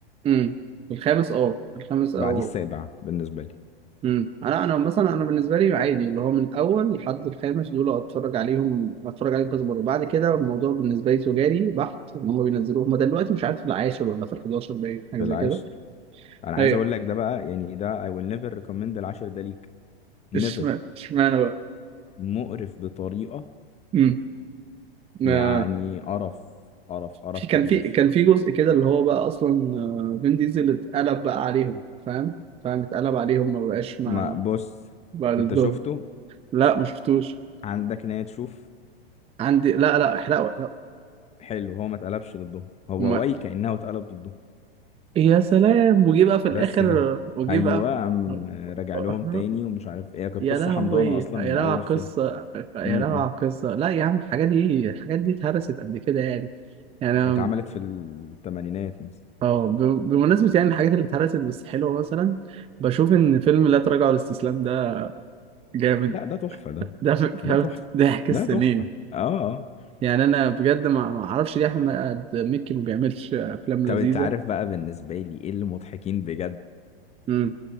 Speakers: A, on the right (about 20°); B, on the left (about 20°).
A: امم الخامس اه الخامس او
B: بعديه السابع بالنسبه لي
A: امم انا انا مثلا انا بالنسبه لي عادي اللي هو من الاول لحد الخامس دول اتفرج عليهم اتفرج عليهم كذا مره بعد كده الموضوع بالنسبه لي تجاري بحت ان هم بينزلوه هم دلوقتي مش عارف في العاشر ولا في ال 11 باين حاجه
B: في
A: زي
B: العاشر
A: كده
B: انا عايز
A: ايوه
B: اقول لك ده بقى يعني ده I will never recommend العاشر ده ليك
A: اشمعنى
B: never
A: اشمعنى بقى
B: مقرف بطريقة
A: امم ما
B: يعني قرف قرف قرف
A: في كان
B: كبير
A: في كان في جزء كده اللي هو بقى اصلا آه، فين ديزل اتقلب بقى عليهم فاهم فاهم اتقلب عليهم ما بقاش مع
B: ما بص
A: بقى ضدهم
B: انت شفته
A: لا ما شفتوش
B: عندك نية تشوف
A: عندي لا لا احرقوا احرقوا
B: حلو هو ما اتقلبش ضده هو
A: هما
B: واي كأنه اتقلب ضده
A: يا سلام وجي بقى في الاخر
B: بس كده
A: وجي
B: ايوه
A: بقى
B: قام
A: <laughs>
B: راجع لهم تاني ومش عارف ايه كانت
A: يا
B: قصة
A: لهوي
B: حمضانة اصلا
A: يا لهوي
B: من اول
A: على
B: الفيلم
A: القصة يا
B: امم
A: لهوي على القصة لا يا عم الحاجات دي الحاجات دي اتهرست قد كده يعني يعني
B: اتعملت في الثمانينات مثلا
A: اه ب- بمناسبة يعني الحاجات اللي اتهرست بس حلوة مثلا بشوف ان فيلم لا تراجع ولا استسلام ده جامد
B: لا ده تحفة ده
A: ده ف- فهمت
B: ده تحفة
A: ضحك
B: ده
A: السنين
B: تحفة اه اه
A: يعني انا بجد ما ما اعرفش ليه احمد مكي ما بيعملش افلام
B: طب
A: لذيذة
B: انت عارف بقى بالنسبة لي ايه اللي مضحكين بجد
A: امم